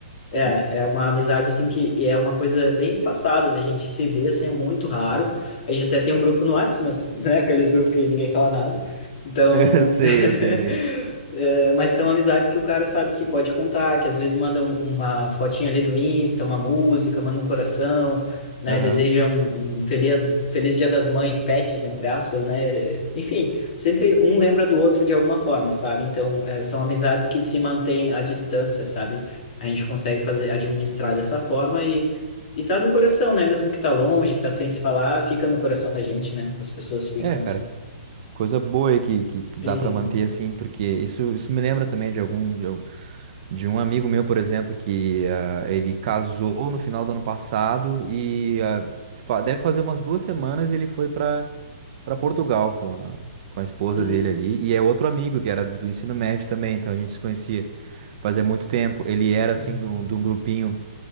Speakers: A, on the left; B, on the right.
A: é,
B: <laughs>
A: é uma amizade assim que é uma coisa bem espaçada, né? A gente se vê assim, é muito raro. A gente até tem um grupo no WhatsApp, mas, <laughs> né? Aqueles grupos que ninguém fala nada. Então,
B: Eu sei,
A: <laughs>
B: eu sei bem.
A: é, mas são amizades que o cara sabe que pode contar, que às vezes manda um- uma fotinha ali do Insta, uma música, manda um coração, né?
B: Aham.
A: Deseja um, um feliz, feliz Dia das Mães, pets, entre aspas, né? Enfim, sempre um lembra do outro de alguma forma, sabe? Então, é, são amizades que se mantêm à distância, sabe? a gente consegue fazer, administrar dessa forma e, e tá no coração, né? Mesmo que tá longe, que tá sem se falar, fica no coração da gente, né? As pessoas ficam
B: É, cara.
A: assim.
B: Coisa boa aí que, que, que
A: E,
B: dá para manter assim, porque isso, isso me lembra também de algum de, al- de um amigo meu, por exemplo, que ah, ele casou no final do ano passado e ah, fa- deve fazer umas duas semanas ele foi para para Portugal com a, com a esposa
A: hum,
B: dele ali. E é outro amigo que era do ensino médio também, então a gente se conhecia fazia muito tempo. Ele era
A: uhum,
B: assim de um de um grupinho